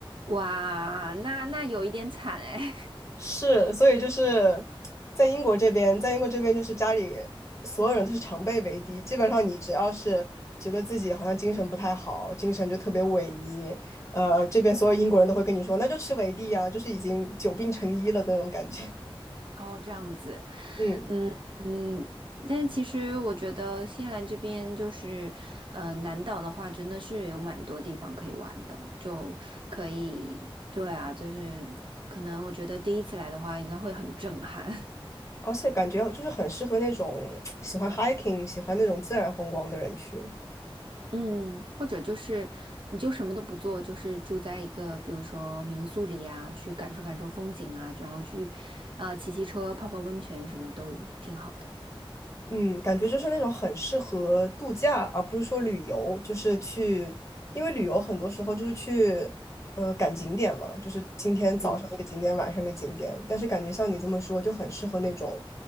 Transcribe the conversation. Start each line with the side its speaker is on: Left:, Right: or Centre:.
Right: 哇，那那有一点惨哎。
Left: 是，所以就是在英国这边，在英国这边就是家里所有人都是常备维 D，基本上你只要是觉得自己好像精神不太好，精神就特别萎靡，呃，这边所有英国人都会跟你说，那就吃维 D 呀，就是已经久病成医了那种感觉。<laughs>
Right: 哦，这样子，
Left: 嗯，
Right: 嗯嗯，但其实我觉得新西兰这边就是，呃，南岛的话真的是有蛮多地方可以玩的，就可以，对啊，就是可能我觉得第一次来的话应该会很震撼，
Left: 而且感觉就是很适合那种喜欢 hiking、喜欢那种自然风光的人去。
Right: <laughs> 嗯，或者就是你就什么都不做，就是住在一个比如说民宿里啊，去感受感受风景啊，然后去，呃，骑骑车、泡泡温泉什么都挺好的。
Left: 嗯，感觉就是那种很适合度假，而不是说旅游，就是去，因为旅游很多时候就是去，呃，赶景点嘛，就是今天早上一个景点，
Right: 嗯。
Left: 晚上一个景点。但是感觉像你这么说，就很适合那种